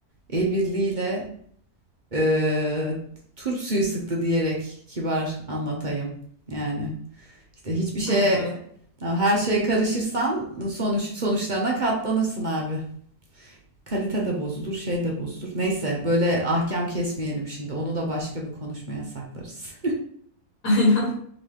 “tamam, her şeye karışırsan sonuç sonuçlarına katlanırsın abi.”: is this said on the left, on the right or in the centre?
Right